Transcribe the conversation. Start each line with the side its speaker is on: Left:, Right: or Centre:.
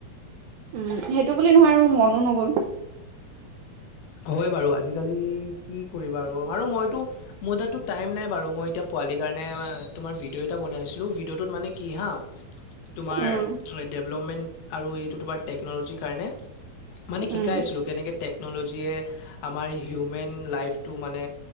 Right: উম, সেইটো বুলি নহয় আৰু মনো নগ'ল।
Left: হয় বাৰু আজিকালি কি কৰিবা আৰু বাৰু মই। মোৰ তাতো টাইম নাই বাৰু মই এতিয়া পোৱালি কাৰণে। তোমাৰ ভিডিও এটা বনাই আছিলোঁ, ভিডিওটোত মানে কি হা তোমাৰ
Right: উম
Left: ডেভলপমেন্ট, আৰু এইটো তোমাৰ টেকনলজিৰ কাৰণে। মানে শিকাই
Right: উম
Left: আছিলো। কেনেকে টেকন'লজিয়ে আমাৰ হিউমেন লাইফটো মানে